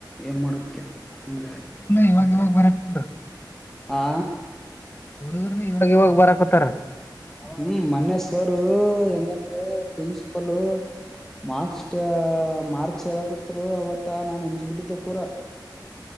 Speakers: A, in the centre; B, on the left.
A: ಎ ಮಕ್ಯ ಅಂಗೆ
B: ಇವಾಗ ಇವಾಗ ಬರಕತ್ತಾರ
A: ಆಾ
B: ಹುಡುರ್ ಇವಾಗ ಇವಾಗ ಬರಕತಾರ
A: ಹ್ಮ ಮನ್ನ್ವರ್ ಹೆಂಗಂದ್ರೆ ಪ್ರಿನ್ಸಿಪಲ್ ಮಾರ್ಕ್ಸ್ಟ್ ಮಾರ್ಕ್ ಹೇಳಕೂತ್ರು ಅವತ್ತಾ ನಾನನ್ ಹಂಜಿ ಬಿಟ್ಟಿದ್ದೆ ಪೂರಾ